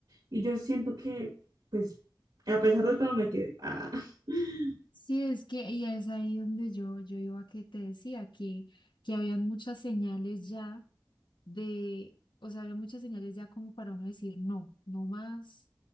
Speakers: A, on the right; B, on the left.
A: Y yo siento que, pues, a pesar de todo me quedé, ah, <laughs>
B: sí, es que y es ahí donde yo, yo iba que te decía que, que habían muchas señales ya de, o sea, había muchas señales ya como para uno decir, no, no más,